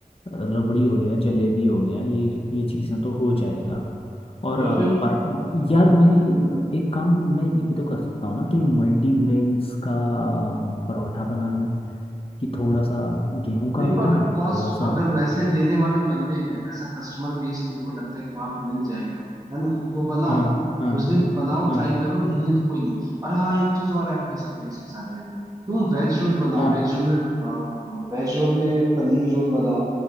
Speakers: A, on the left; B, on the right.
A: रबड़ी हो गया जलेबी हो गया ये ये चीज़ें तो हो जाएगा और
B: तो
A: अ,
B: फिर
A: पर यार मैं एक काम मैं ये भी तो कर सकता हूँ ना कि मल्टीग्रेन्स का अम, परोठा बना लूँ कि थोड़ा सा गेहूं का
B: देखो
A: आटा
B: अगर कॉस्ट
A: थोड़ा सा
B: अगर वैसे देने वाले बंदे हैं वैसा कस्टमर बेस तुमको लगता है कि वहां पे मिल जाएगा है ना तो बनाओ
A: हाँ हाँ
B: कुछ दिन बनाओ
A: हाँ
B: ट्राई करो नहीं है तो कोई नहीं और हाँ एक चीज और ऐड कर सकते हैं इसके साथ यार तुम वेज रोल बनाओ
A: हाँ
B: वेज रोल में वेज रोल में पनीर रोल बनाओ